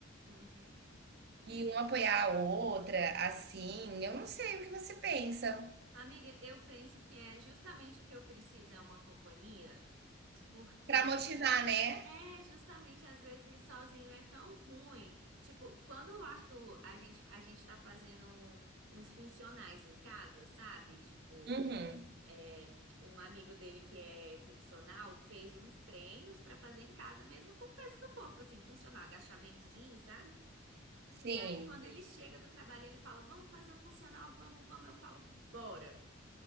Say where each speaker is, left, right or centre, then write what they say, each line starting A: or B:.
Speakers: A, on the right; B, on the right.
A: Uhum.
B: e um apoiar a outra, assim. Eu não sei o que você pensa.
A: Amiga, eu penso que é justamente o que eu preciso é uma companhia, porque
B: Pra motivar, né?
A: é justamente às vezes ir sozinho é tão ruim. Tipo, quando o Arthur, a gente a gente tá fazendo uns funcionais em casa, sabe? Tipo,
B: Uhum.
A: é, um amigo dele que é personal fez uns treinos pra fazer em casa mesmo com o peso do corpo, assim, funcional, agachamentozinho, sabe?
B: Sim.
A: E aí, quando ele chega do trabalho, ele fala: Vamos fazer um funcional, vamos, vamos. Eu falo: Bora.